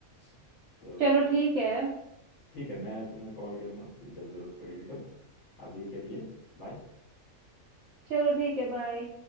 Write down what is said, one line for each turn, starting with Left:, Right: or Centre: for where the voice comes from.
Left: <laughs> तो
Right: चलो ठीक है
Left: ठीक है मैं तुम्हें कॉल करूंगा फिर जब जरूरत पड़ेगी तो अभी के लिए बाय
Right: चलो ठीक है बाय